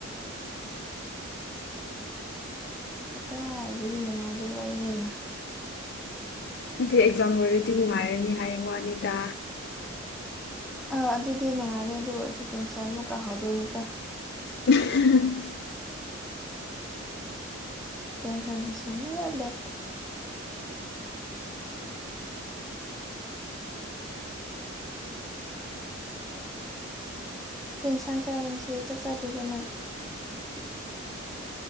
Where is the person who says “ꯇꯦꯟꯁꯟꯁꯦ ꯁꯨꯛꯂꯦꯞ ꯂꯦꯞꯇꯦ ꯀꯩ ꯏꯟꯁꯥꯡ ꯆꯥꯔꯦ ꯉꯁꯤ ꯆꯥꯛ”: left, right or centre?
Centre